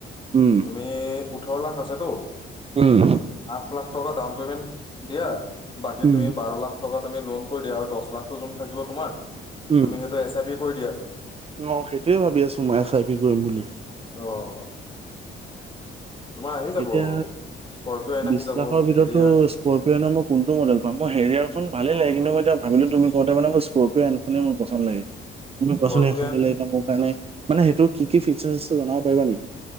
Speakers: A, on the right; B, on the left.
A: উম,
B: তুমি ওঠৰ লাখ আছেতো
A: উম।
B: আঠ লাখ টকা ডাউন পে'মেণ্ট দিয়া বাকী
A: উম
B: তুমি বাৰ লাখ টকা তুমি লোন কৰি দিয়া আৰু দশ লাখটো যোন থাকিব তোমাৰ
A: উম
B: তুমি সেইটো এছ আই পি কৰি দিয়া
A: অ', সেইটোয়ে ভাবি আছো মই এচ আই পি কৰিম বুলি
B: অ', তোমাৰ আহি যাব
A: এতিয়া
B: স্কৰপিঅ'ন
A: বিশ
B: আহি যাব
A: লাখৰ ভিতৰতো
B: হেৰিয়াৰ
A: স্কৰপিঅ' এন অ'ৰ মই কোনটো মডেল পাম মই হেৰিয়াৰখন ভালেই লাগে কিন্তু মই এতিয়া ভাবিলোঁ তুমি ক'নটে মানে মই স্কৰপিঅ' এন খনে মোৰ পচন্দ লাগে তোমি
B: স্কৰপিঅ'ন
A: কোৱাছোন সেইখন ললে এতিয়া মোৰ কাৰণে মানে সেইটো কি ফিচাৰ আছে জনাব পাৰিবা নেকি?